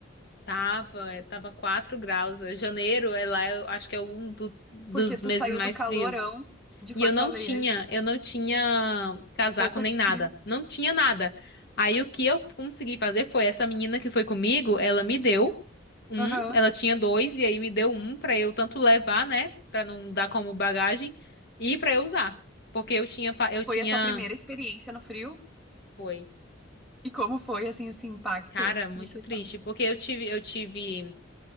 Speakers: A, on the left; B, in the centre.
A: tava, eh, tava 4 graus. Eh, Janeiro é lá, eu acho que é um do- dos
B: porque tu
A: meses
B: saiu
A: mais
B: do calorão
A: frios.
B: de
A: E
B: Fortaleza,
A: eu não tinha, eu não tinha casaco
B: roupa
A: nem
B: de
A: nada,
B: frio.
A: não tinha nada. Aí o que eu consegui fazer foi essa menina que foi comigo, ela me deu um,
B: Aham.
A: ela tinha dois e aí me deu um pra eu tanto levar, né, Pra não dar como bagagem e pra eu usar, porque eu tinha pa- eu tinha
B: Foi a tua primeira experiência no frio?
A: foi.
B: E como foi, assim, esse impacto
A: Cara, muito
B: de chegar?
A: triste, porque eu tive eu tive